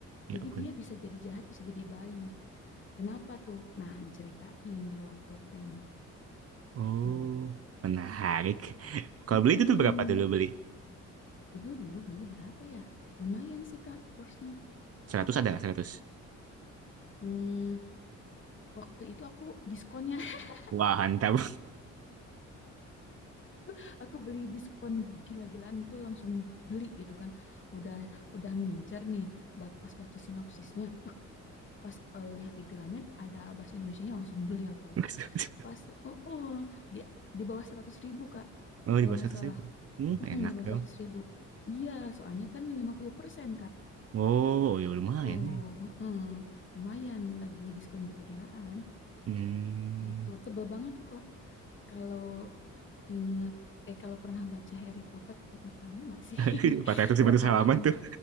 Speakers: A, on the right; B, on the left.
A: Ya
B: Jadi
A: ampun.
B: dia bisa jadi jahat, bisa jadi baik. Kenapa tuh? Nah, diceritain di Wolverton gitu.
A: Oh, menarik. Kalau
B: mm
A: beli itu tuh berapa dulu beli?
B: Dulu dulu beli berapa ya? Lumayan sih Kak kursnya.
A: Seratus
B: Apa
A: ada
B: ya?
A: nggak 100?
B: Hmm, waktu itu aku diskonnya <laughs>
A: Wah, mantap.
B: aku, aku beli diskon gila-gilaan tuh langsung beli gitu kan. Udah udah ngincer nih ba- pas baca sinopsisnya. Uh, pas eh, lihat di gramet ada bahasa Indonesianya langsung beli aku.
A: <laughs>
B: pas oh, oh, di di bawah seratus ribu kak
A: Oh,
B: kalau
A: di bawah
B: nggak
A: 100
B: salah
A: ribu. Hmm,
B: Mm-mm,
A: enak
B: di bawah
A: dong.
B: seratus ribu iya soalnya kan 50% kak
A: Oh, oh ya
B: gitu
A: lumayan nih.
B: mm, lumayan lagi diskon gila-gilaan
A: Hmm.
B: itu tebel banget kok kalau inget eh kalau pernah baca Harry Potter pernah tahu nggak sih <laughs>
A: <laughs> 400
B: berapa
A: halaman
B: halaman
A: tuh.